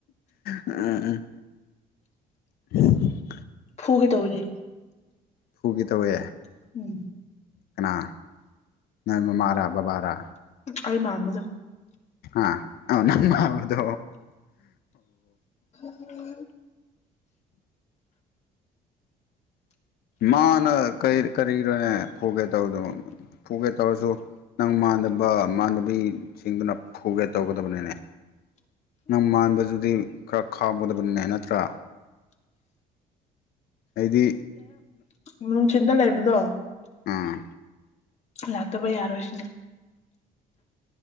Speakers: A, on the left (about 65°); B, on the left (about 40°).
A: ꯎꯝ ꯎꯝ <inaudible>
B: ꯐꯨꯒꯦ ꯇꯧꯔꯤꯅꯦ
A: ꯐꯨꯒ‌ꯦ ꯇꯧꯋꯦ
B: ꯎꯝ
A: ꯀꯅꯥ ꯅꯪ ꯃꯃꯥꯔꯥ ꯕꯕꯥꯥꯔꯥ
B: ꯑꯩ ꯃꯥꯥꯟꯕꯖ
A: ꯑ ꯑꯣ ꯅꯡ ꯃꯟꯕꯗꯤ
B: ꯑꯣ <unintelligible>
A: ꯃꯥꯅ ꯀꯔꯤꯔꯣꯅꯦ ꯐꯨꯒꯦ ꯇꯧꯕꯗꯣ ꯐꯨꯒꯦ ꯇꯧꯔꯁꯨ ꯅꯪ ꯃꯥꯟꯅꯕ ꯃꯥꯟꯅꯕꯤꯁꯤꯡꯗꯨꯅ ꯐꯨꯒꯦ ꯇꯧꯒꯗꯕꯅꯤꯅꯦ ꯅꯪ ꯃꯥꯟꯕꯗꯨꯗꯤ ꯈꯔ ꯈꯥꯎꯒꯗꯕꯅꯤꯅꯦ ꯅꯠꯇ꯭ꯔꯥ ꯑꯩꯗꯤ
B: ꯅꯨꯡꯊꯤꯟꯗ ꯂꯩꯕꯗꯣ
A: ꯑꯥ
B: ꯂꯥꯛꯇꯕ ꯌꯥꯔꯣꯏꯁꯤꯅꯦ